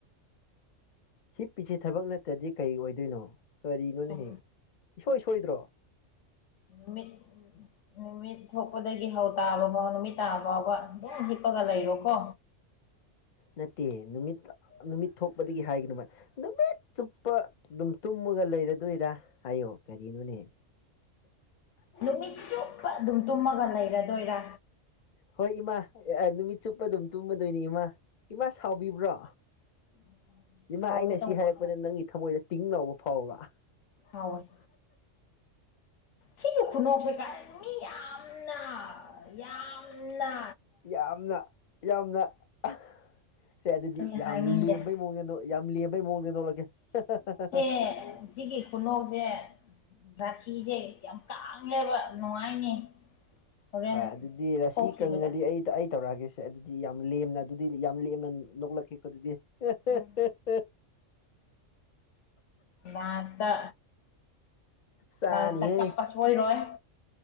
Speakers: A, on the left; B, on the left.
A: ꯍꯤꯞꯄꯤꯖꯦ ꯊꯕꯛ ꯅꯠꯇ꯭ꯔꯗꯤ ꯀꯩ ꯑꯣꯏꯗꯣꯏꯅꯣ ꯀꯔꯤꯅꯣꯅꯦꯍꯦ
B: ꯁꯨꯝ
A: ꯏꯁꯣꯏ ꯁꯣꯏꯗ꯭ꯔꯣ
B: ꯅꯨꯃꯤꯠ ꯅꯨꯃꯤꯠ ꯊꯣꯛꯄꯗꯒꯤ ꯍꯧ ꯇꯥꯕ ꯐꯥꯎ ꯅꯨꯃꯤꯠ ꯇꯥꯕ ꯐꯥꯎꯕ ꯑꯗꯨꯝ ꯍꯤꯞꯄꯒ ꯂꯩꯔꯣꯀꯣ
A: ꯅꯠꯇꯦ ꯅꯨꯃꯤꯠ ꯅꯨꯃꯤꯠ ꯊꯣꯛꯄꯗꯒꯤ ꯍꯥꯏꯒꯅꯣꯕ ꯅꯨꯃꯤꯠꯆꯨꯞꯄ ꯑꯗꯨꯝ ꯇꯨꯝꯃꯒ ꯂꯩꯔꯗꯣꯏꯔꯥ ꯍꯥꯏꯌꯣ ꯀꯔꯤꯅꯣꯅꯦ
B: ꯅꯨꯃꯤꯠ ꯆꯨꯞꯄ ꯑꯗꯨꯝ ꯇꯨꯝꯃꯒ ꯂꯩꯔꯗꯣꯏꯔꯥ
A: ꯍꯣꯏ ꯏꯃꯥ ꯑꯥ ꯅꯨꯃꯤꯠ ꯆꯨꯞꯄ ꯑꯗꯨꯝ ꯇꯨꯝꯃꯗꯣꯏꯅꯤ ꯏꯃꯥ ꯏꯃꯥ ꯁꯥꯎꯕꯤꯕ꯭ꯔꯣ
B: <inaudible>
A: ꯏꯃꯥ
B: ꯁꯥꯎꯒꯦ
A: ꯑꯩꯅ
B: ꯇꯧꯕ
A: ꯁꯤ ꯍꯥꯏꯔꯛꯄꯗ ꯅꯪꯒꯤ ꯊꯃꯣꯏꯗ ꯇꯤꯡ ꯉꯥꯎꯕ ꯐꯥꯎꯕ꯭ꯔꯥ
B: ꯐꯥꯎꯋꯦ ꯁꯤꯒꯤ ꯈꯨꯅꯣꯛꯁꯦ ꯀꯥꯏ ꯃꯤ ꯌꯥꯝꯅ ꯌꯥꯝꯅ
A: ꯌꯥꯝꯅ ꯌꯥꯝꯅ ꯑ ꯁꯦ ꯑꯗꯨꯗꯤ
B: ꯑꯩ
A: ꯌꯥꯝ
B: ꯍꯥꯏꯅꯤꯡꯗꯦ
A: ꯂꯦꯝꯕꯩ ꯃꯋꯣꯡꯗ ꯌꯥꯝ ꯂꯦꯝꯕꯩ ꯃꯋꯣꯡꯗ ꯅꯣꯛꯂꯛꯀꯦ ꯍꯥ ꯍꯥ ꯍꯥ
B: ꯍꯦ ꯁꯤꯒꯤ ꯈꯨꯅꯣꯛꯁꯦ ꯔꯥꯁꯤꯖꯦ ꯌꯥꯝ ꯇꯥꯡꯉꯦꯕ ꯅꯨꯡꯉꯥꯏꯅꯤ ꯍꯣꯔꯦꯟ
A: ꯍꯣꯏ ꯑꯗꯨꯗꯤ ꯔꯁꯤ
B: ꯊꯣꯛꯈꯤꯕꯗ
A: ꯀꯪꯉꯗꯤ ꯑꯩ ꯑꯩ ꯇꯧꯔꯛꯑꯒꯦꯁꯦ ꯁꯦ ꯑꯗꯨꯗꯤ ꯌꯥꯝ ꯂꯦꯝꯅ ꯑꯗꯨꯗꯤ ꯌꯥꯝ ꯂꯦꯝꯅ ꯅꯣꯛꯂꯛꯀꯦꯀꯣ ꯑꯗꯨꯗꯤ ꯍꯥ ꯍꯥ
B: ꯎꯝ
A: ꯍꯥ ꯍꯥ
B: ꯂꯥꯁꯇ
A: ꯆꯥꯅꯤꯍꯦ
B: ꯂꯥꯁꯇ ꯀꯥꯞꯄ ꯁꯣ ꯁꯣꯏꯔꯣꯏ